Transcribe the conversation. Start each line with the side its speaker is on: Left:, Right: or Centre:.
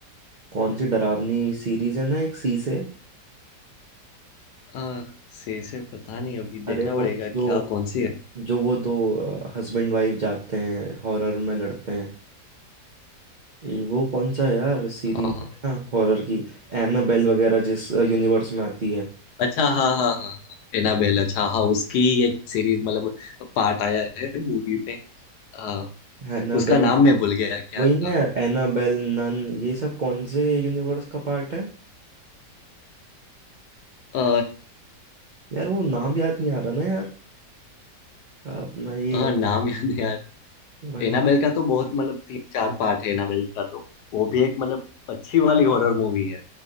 Right: कौन सी डरावनी सीरीज है ना एक सी से
Left: हाँ सही से पता नहीं अभी
Right: अरे
Left: देखना
Right: वो
Left: पड़ेगा क्या
Right: जो
Left: कौन सी है
Right: जो वो दो हस्बैंड वाइफ जाते हैं हॉरर में लड़ते हैं ये वो कौन सा है यार सीरीज
Left: हाँ
Right: है ना हॉरर की एनाबेल वगैरह जिस यूनिवर्स में आती है
Left: अच्छा हाँ हाँ हाँ हाँ एनाबेल अच्छा हाँ उसकी एक सीरीज मतलब पार्ट आया है मूवी में हाँ
Right: एनाबेल
Left: उसका नाम मैं भूल गया क्या
Right: वही
Left: था
Right: ना यार एनाबेल नन ये सब कौन से यूनिवर्स का पार्ट है
Left: अ,
Right: यार वो नाम याद नहीं आ रहा ना यार अपना ये
Left: हाँ नाम याद नहीं आ
Right: वही
Left: एनाबेल का तो बहुत मतलब तीन चार पार्ट है एनाबेल का तो वो भी एक मतलब अच्छी वाली हॉरर मूवी है